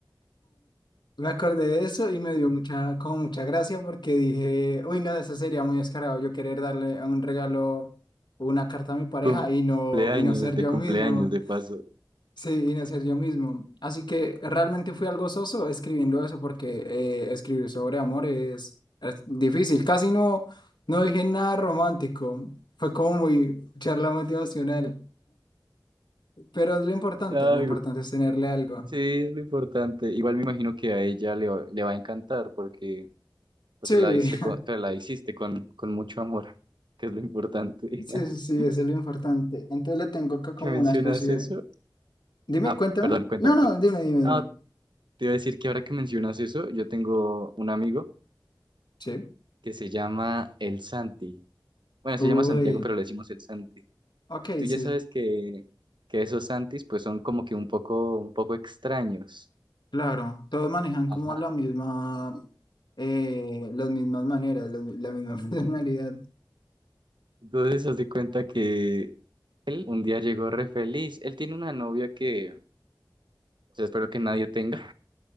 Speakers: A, on the left (about 65°); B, on the right (about 70°).
A: me acordé de eso y me dio mucha, como mucha gracia porque dije, uy, no, eso sería muy descarado yo querer darle un regalo o una carta a mi pareja
B: Cumpleaños,
A: y no, y no ser
B: de
A: yo
B: cumpleaños,
A: mismo.
B: de paso.
A: Sí, y no ser yo mismo. Así que realmente fui algo soso escribiendo eso porque eh, escribir sobre amor es, es difícil. Casi no, no dije nada romántico. Fue como muy charla motivacional. Pero es lo importante,
B: Ay,
A: lo importante
B: güey.
A: es tenerle algo.
B: sí, es lo importante. Igual me imagino que a ella le, va- le va a encantar porque pues,
A: Sí,
B: se la diste con- se la hiciste con, con mucho amor, que es lo importante.
A: <laughs> sí, sí, sí,
B: <laughs>
A: eso es lo importante. Entonces le tengo acá como
B: Que mencionas
A: una especie de...
B: eso?
A: Dime,
B: Ah,
A: cuéntame.
B: perdón, cuéntame,
A: No, no,
B: cuéntame.
A: dime, dime,
B: No,
A: dime.
B: te iba a decir que ahora que mencionas eso, yo tengo un amigo
A: Sí.
B: que se llama El Santi. Bueno,
A: Uy,
B: se llama Santiago, pero le decimos El Santi.
A: ok,
B: Tú ya
A: sí.
B: sabes que, que esos Santis pues son como que un poco, un poco extraños.
A: Claro, todos manejan
B: Ajá.
A: como la misma, eh, las mismas maneras, la, la misma <laughs> personalidad.
B: Entonces, haz de cuenta que él un día llegó re feliz. Él tiene una novia que, o sea, espero que nadie tenga.